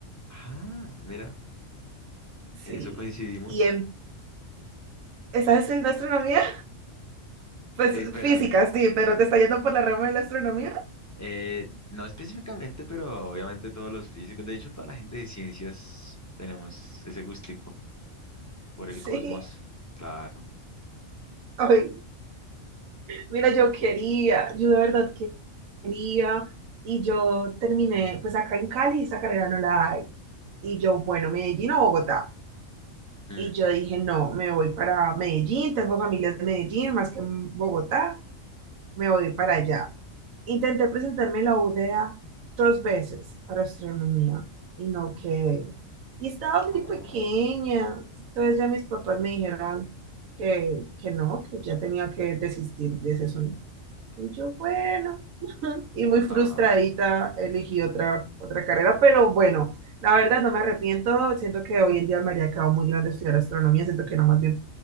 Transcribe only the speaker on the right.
Sí.
¿Y en, estás estudiando astronomía? Pues
física, sí, pero te está yendo por la rama de la astronomía. <laughs>
Sí.
Ay, mira, yo quería, yo de verdad quería. Y yo terminé, pues acá en Cali esa carrera no la hay. Y yo, bueno, Medellín o Bogotá.
Y yo dije, no, me voy para Medellín, tengo familia en Medellín, más que en Bogotá, me voy para allá. Intenté presentarme en la UdeA dos veces para astronomía y no quedé. Y estaba muy
pequeña. Entonces ya mis papás me dijeron que, que no, que ya tenía que desistir de ese sueño. Y yo, bueno, y muy frustradita
elegí otra, otra carrera, pero bueno, la verdad no me arrepiento. Siento que hoy en día me habría quedado muy grande estudiar astronomía. Siento que era más bien